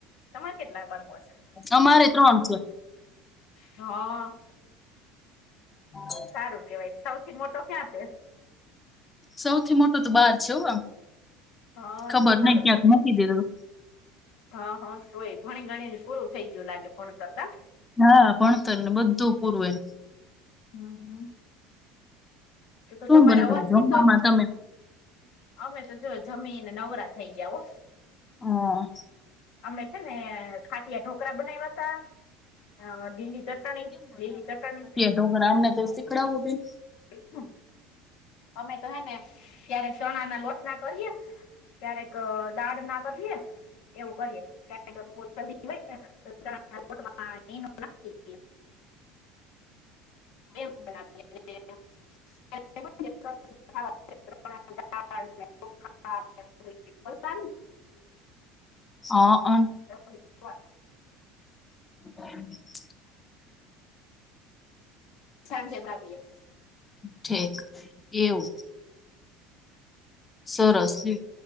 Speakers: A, on the left; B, on the left.
A: તમારે કેટલા બાળકો છે?
B: અમારે ત્રણ છે.
A: હા
B: <inaudible>
A: સારું કેવાય સૌથી મોટો ક્યાં છે?
B: સૌથી મોટો તો બહાર છે હ
A: હા
B: ખબર
A: તો સારું
B: નહી ક્યાંક
A: કેવાય
B: મૂકી દીધો.
A: હા હા શુ એ ભણી ગણી પૂરું થઈ ગયું લાગે ફોન કરતા.
B: હા ભણતર ને બધું પૂરું એનું.
A: હમ હમ એતો
B: શું
A: તો તમારા
B: બનાવ્યું
A: અવાજથી
B: જમવામાં
A: તો!
B: તમે
A: અમે તો જોવો જમી ને નવરા થઈ ગયા હો!
B: હા,
A: અમે છે ને ખાટયા ઢોકરા બનાવ્યા હતા ને, હા લીલી ચટણી, લીલી ચટણી.
B: છોકરાઓને તો શીખવાડો બેન.
A: <inaudible> અમે તો હેને ક્યારેક ચણા ના લોટના કરીએ. ક્યારેક, દાળ ના કરીએ. એવું કરીએ ક્યારેક બહુ જલ્દી હોય ને, <inaudible> <inaudible> દાળ અને ચોખાને એવું બધું પલાળીને.
B: અ અન,
A: <inaudible>
B: <inaudible>
A: સાંજે લાવીયે.
B: ઠીક એવુ, સરસ લ્યો.